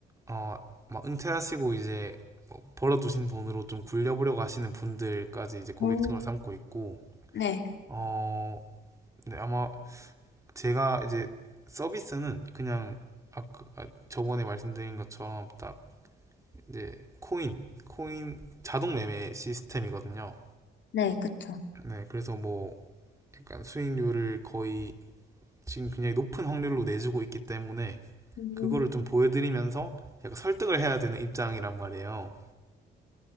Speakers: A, on the right; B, on the left.
A: 어, 막 은퇴하시고 이제 뭐 벌어두신 돈으로 좀 굴려보려고 하시는 분들까지 이제 고객층을
B: 음,
A: 삼고 있고,
B: 네,
A: 어, 네, 아마 제가 이제 서비스는 그냥 아까 아, 저번에 말씀드린 것처럼 딱 이제 코인, 코인 자동 매매 시스템이거든요.
B: 네, 그쵸.
A: 네, 그래서 뭐 약간 수익률을 거의 지금 굉장히 높은 확률로 내주고 있기 때문에
B: 음,
A: 그거를 좀 보여드리면서 약간 설득을 해야 되는 입장이란 말이에요.